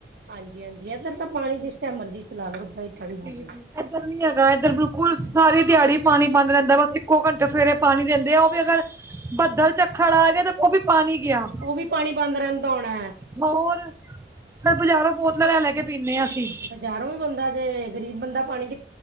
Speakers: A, on the right; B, on the right.
A: ਹਾਂਜੀ-ਹਾਂਜੀ ਇੱਧਰ ਤਾਂ ਪਾਣੀ ਜਿਸ ਟਾਈਮ ਮਰਜ਼ੀ ਚਲਾ ਲੋ ਓਦਾਂ ਹੀ ਪਾਣੀ
B: <inaudible>
A: ਆ
B: ਇੱਧਰ
A: ਜਾਏਗਾ
B: ਨੀ ਹੈਗਾ ਇੱਧਰ ਬਿਲਕੁਲ ਸਾਰੀ ਦਿਹਾੜੀ ਪਾਣੀ ਬੰਦ ਰਹਿੰਦਾ ਬਸ ਇੱਕੋ ਘੰਟੇ ਸਵੇਰੇ ਪਾਣੀ ਦਿੰਦੇ ਆ ਉਹ ਵੀ ਅਗਰ, ਬੱਦਲ ਚੱਖੜ ਆ ਜੇ ਤੇ ਉਹ ਵੀ ਪਾਣੀ ਗਿਆ।
A: ਉਹ ਵੀ ਪਾਣੀ ਬੰਦ ਰਹਿੰਦਾ ਹੋਣਾ ਹੈ
B: ਹੋਰ ਫੇਰ ਬਾਜ਼ਾਰੋਂ ਬੋਤਲਾਂ ਲੈ ਲੈ ਕੇ ਪੀਣੇ ਆਂ ਅਸੀ।
A: ਬਜ਼ਾਰੋਂ ਵੀ ਬੰਦਾ ਜੇ ਗਰੀਬ ਬੰਦਾ ਪਾਣੀ ਕਿ